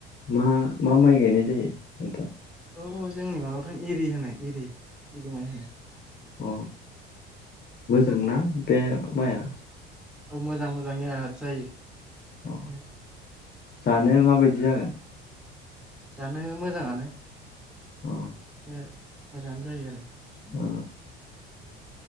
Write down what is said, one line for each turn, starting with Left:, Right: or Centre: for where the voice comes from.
Left: मा मा माइ गायनाय जायो नोंथां?
Centre: औ जोंनि माबाफोर एरि होनो एरि एरि माइ होनो।
Left: अ मोजां ना? बे माइआ
Centre: औ औ मोजां मोजां याद जायो।
Left: अ
Centre: बे
Left: जानो माबायदि जागोन
Centre: जानो मोजांङानो
Left: अ
Centre: ए मोजांङैनो जायो आरो उम
Left: अ